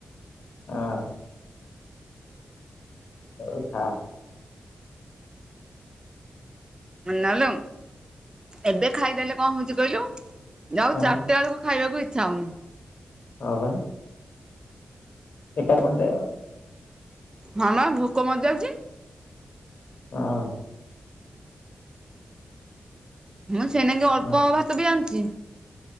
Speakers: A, on the left; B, on the right.
A: ହଁ। ହଉ ଖା।
B: ନାଲୋ ଏବେ ଖାଇଦେଲେ କଁ ହଉଚି କହିଲୁ ଯଉ
A: ହଁ
B: ଚା ଟାବେଳକୁ ଖାଇବାକୁ ଇଚ୍ଛା ହଉନି।
A: ହଁ ବା। ଏକା ପନ୍ତେ ଆଉ।
B: ହଁବା ଭୋକ ମରିଯାଉଚି।
A: ହଁ।
B: ମୁଁ ସେଇନାଗି ଅଳ୍ପ
A: ହଁ
B: ଭାତବି ଆଣୁଚି।